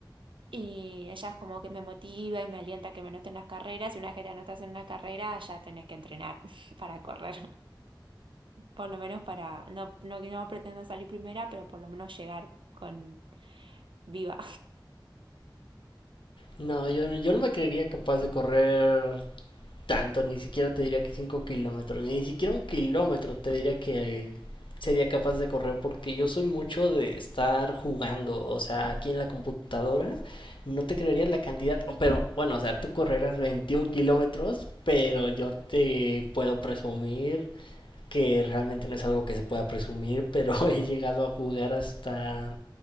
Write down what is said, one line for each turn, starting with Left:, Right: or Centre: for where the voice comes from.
Right: y ella es como que me motiva y me alienta a que me anoten las carreras. Y una vez que te anotas en una carrera, ya tenés que entrenar <laughs> para correr por lo menos para, no, no, no pretendo salir primera, pero por lo menos llegar con viva.
Left: No, yo, yo no me creería capaz de correr tanto, ni siquiera te diría que 5 kilómetros, ni siquiera un kilómetro te diría que eh, sería capaz de correr porque yo soy mucho de estar jugando, o sea, aquí en la computadora no te creerías la cantidad, o- pero bueno, o sea, tú correrás 21 kilómetros, pero yo te puedo presumir que realmente no es algo que se pueda presumir, <laughs> pero he llegado a jugar hasta